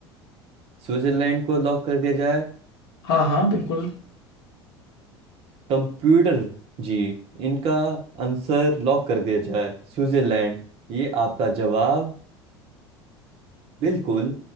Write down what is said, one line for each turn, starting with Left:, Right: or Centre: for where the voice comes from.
Right: स्विट्जरलैंड को लॉक कर दिया जाए
Left: हाँ हाँ बिल्कुल
Right: कंप्यूटर जी इनका आंसर लॉक कर दिया जाए स्विट्जरलैंड ये आपका जवाब बिल्कुल